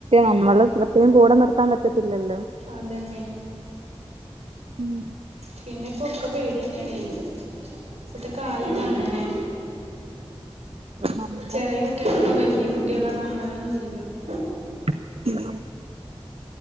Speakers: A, on the right; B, on the right.
A: നമ്മള് <unintelligible> കൂടെനിർത്താൻ പറ്റത്തില്ലല്ലോ.
B: അതന്നെ.
A: ഉം
B: പിന്നെപ്പൊ ഒക്കെ പേടി എന്നാണേ ഇപ്പത്തെ കാലൊക്കെ അങ്ങനെ
A: നമ്മള്
B: ചെറിയ കുട്ടികളാണോ വലിയ കുട്ടികളാണോ അങ്ങനെ ഒന്നും ഇല്ലപ്പോ
A: <inaudible>